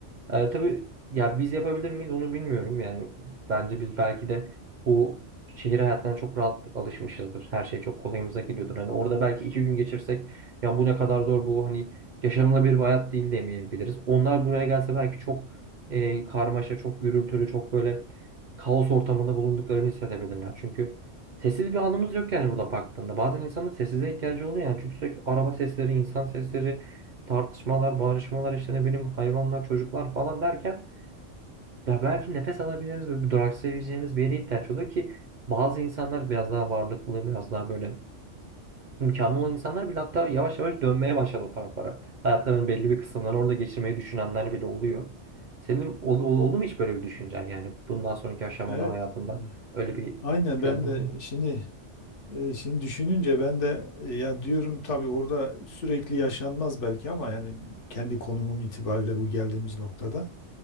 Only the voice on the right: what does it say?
Ee, tabii ya biz yapabilir miyiz onu bilmiyorum yani bence biz belki de bu şehir hayatına çok rahat alışmışızdır. Her şey çok kolayımıza geliyordur. Hani orada belki iki gün geçirsek ya bu ne kadar zor bu hani yaşanılabilir bir hayat değil demeyebiliriz. Onlar buraya gelse belki çok e, karmaşa, çok gürültülü, çok böyle kaos ortamında bulunduklarını hissedebilirler. Çünkü sessiz bir anımız yok yani burada baktığında. Bazen insanın sessize ihtiyacı oluyor yani çünkü sürekli araba sesleri, insan sesleri tartışmalar, bağırışmalar işte ne bileyim hayvanlar, çocuklar falan derken ya belki nefes alabileceğimiz ve bir duraksayabileceğimiz bir yere ihtiyaç oluyor ki bazı insanlar biraz daha varlıklı, biraz daha böyle imkanı olan insanlar bile hatta yavaş yavaş dönmeye başladı o taraflara. Hayatlarının belli bir kısımlarını orada geçirmeyi düşünenler bile oluyor. Senin ol- ol- oldu mu hiç böyle bir düşüncen yani bundan sonraki aşamada
hayatında
öyle bir
planın
oldu
mu?